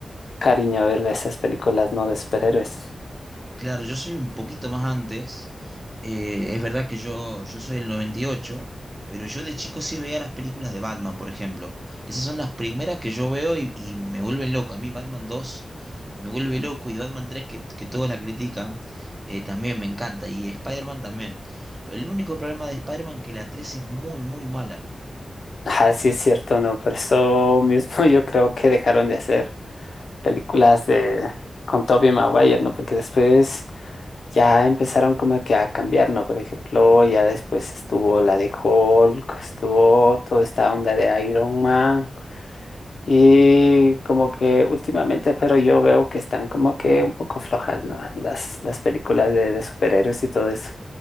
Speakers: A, on the left; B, on the right.
A: cariño a verle esas películas, no de superhéroes.
B: Claro, yo soy un poquito más antes. Eh, es verdad que yo, yo soy el 98, pero yo de chico sí veía las películas de Batman, por ejemplo. Esas son las primeras que yo veo y, y me vuelven loco. A mí Batman 2 me vuelve loco y Batman 3 que, que todos la critican, eh, también me encanta y Spider-Man también. El único problema de Spider-Man que la 3 es muy, muy mala
A: Ah, sí, es cierto, no, por eso mismo <laughs> yo creo que dejaron de hacer películas de con Tobey Maguire, ¿no? Porque después ya empezaron como que a cambiar, ¿no? Por ejemplo, ya después estuvo la de Hulk, estuvo toda esta onda de Iron Man. Y como que últimamente, pero yo veo que están como que un poco flojas, ¿no? Las, las películas de, de superhéroes y todo eso.